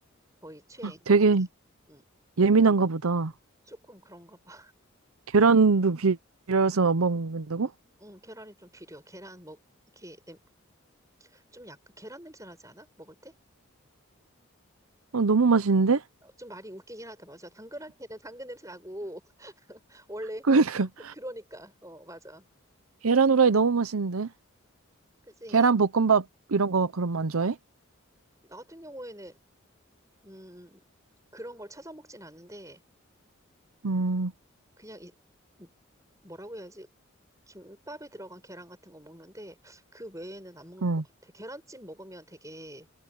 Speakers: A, on the right; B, on the right.
A: 거의 최애인
B: 되게
A: 것 같아. 응,
B: 예민한가 보다.
A: 조금 그런가 봐.
B: 계란도 비려서 먹는다고?
A: 어, 응, 계란이 좀 비려. 계란 먹 이렇게 냄- 좀 약간 계란 냄새 나지 않아? 먹을 때?
B: 어, 너무 맛있는데?
A: 어, 좀 말이 웃기긴 하다. 맞아. 당근 할 때는 당근 냄새 나고 <laughs> 원래
B: 그러니까.
A: 어,
B: <laughs>
A: 그러니까 어 맞아.
B: 계란 후라이 너무 맛있는데?
A: 그지?
B: 계란 볶음밥 이런 거 그럼 안 좋아해?
A: 나 같은 경우에는 음 그런 걸 찾아 먹진 않는데
B: 음,
A: 그냥 이 뭐라고 해야지? 김밥이 들어간 계란 같은 거 먹는데 그 외에는 안 먹는
B: 음,
A: 것 같아. 계란찜 먹으면 되게